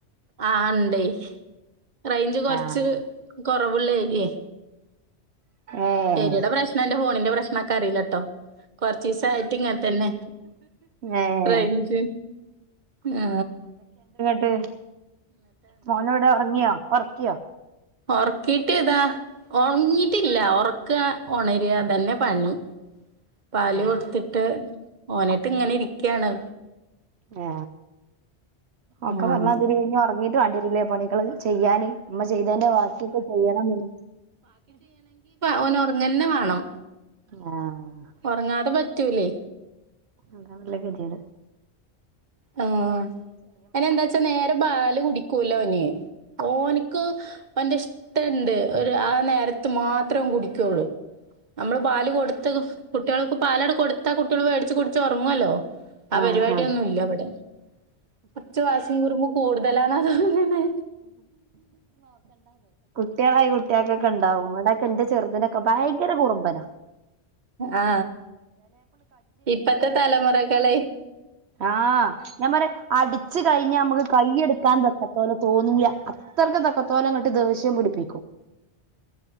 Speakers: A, on the right; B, on the right.
A: ആ ഉണ്ടേ റേഞ്ച് കൊറച്ച്
B: ആഹ്
A: കൊ പ്രവുള്ളേരിയാ
B: ഏഹ്
A: യെരിയടെ പ്രശ്നം എന്റെ ഫോണിന്റെ പ്രശ്നൊക്കെ അറിയില്ലട്ടോ കൊറച്ച ദിവസയിട്ട് ഇങ്ങനെ തന്നെ
B: ഏഹ്
A: റേഞ്ച് ആ
B: ഉം മോനോടെ ഉറങ്ങിയോ ഉറക്കിയോ
A: ഉറക്കിട്ട് താ ഉറങ്ങിട്ടില്ല ഉറക്കുക ഉണരുകതന്നെ പണി പാല്
B: ആഹ്
A: കൊടുത്തിട്ട് ഓനട്ട് ഇങ്ങനെ ഇരിക്കയാണ്
B: ആ ഒക്കെ
A: ആഹ്
B: പറഞ്ഞ അതിരു കഴിഞ്ഞഞ് ഉറങ്ങി കണ്ടിട്ടില്ലേ പണികൾ ചെയ്യാന് അമ്മ ചെയ്തതിന്റെ ബാക്കിയൊക്കെ ചെയ്യണം എ <inaudible>
A: ഓനൊറങ്ങ തന്നെ വേണം
B: ആഹ്
A: ഉറങ്ങാതെ പറ്റ് ട്ടു ലെ
B: ആതമല്ല ഗതിയത്
A: ആ എന്ന എന്താ വച്ചാ നേരെ പാല് കുടി കുലോന ഓനിക്ക് എന്റെ ഇഷ്ടുണ്ട് ഒരു ആ നേരത്ത് മാത്രം കുടിക്കുള്ളു നമ്മള് പാല് കൊടുത്തു കുട്ടികൾക്ക് പാലട കൊടുത്താ കുട്ടികൾ മേടച്ച് കുടിച്ച് ഉറങ്ങുവല്ലോ ആ
B: ആഹ്
A: പരിപാടിയൊ
B: ആഹ്
A: ന്നും ഇല്ലവിട കൊറച്ചു വാശം കുറുമ്പ് കൂടുതലനണ് അതങ്ങനെ
B: കുട്ടികളായി കുട്ടികൾക്കൊക്കെണ്ടാവുംവിടെക്കെ എന്റെചേ ചെറുതിനൊക്കെ ഭയങ്കര കുറുമ്പന
A: ആ ഇപ്പത്തെ തലമുറകളെ
B: ആ ഞാൻ പറ അടിച്ചു കഴിഞ്ഞ നമ്മുക്ക് കൈെടുക്കാൻ തക്കത്തോല തോന്നൂല അത്രക്കും തക്കത്തോലം കട്ട് ദേഷ്യം മുടി ടി ക്കും